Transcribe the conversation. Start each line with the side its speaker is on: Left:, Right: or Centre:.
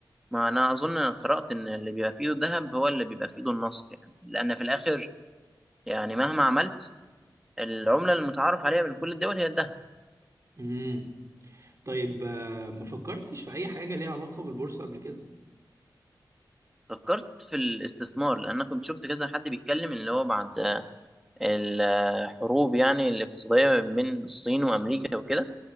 Centre: ما انا اظن قرأت ان اللي بيبقى في ايده الذهب هو اللي بيبقى في ايده النصر يعني لان في الاخر يعني مهما عملت العملة المتعارف عليها من كل الدول هي الذهب
Right: امم طيب آه، ما فكرتش في أي حاجة ليها علاقة بالبورصة قبل كده؟
Centre: فكرت في الاستثمار لان أنا كنت شفت كذا حد بيتكلم اللي هو بعد الحروب يعني الاقتصاديه بين الصين وامريكا وكده